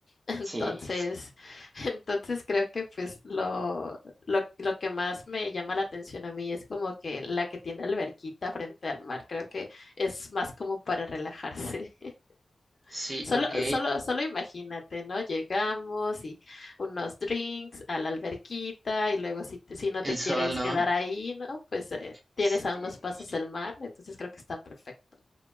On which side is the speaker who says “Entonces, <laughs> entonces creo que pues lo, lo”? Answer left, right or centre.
Left